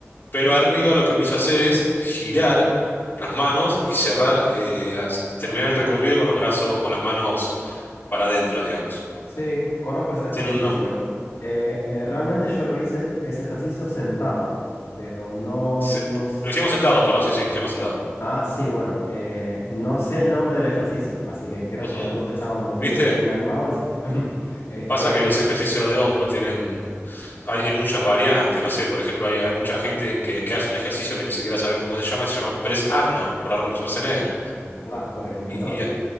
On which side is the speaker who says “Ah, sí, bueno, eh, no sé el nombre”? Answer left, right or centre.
Left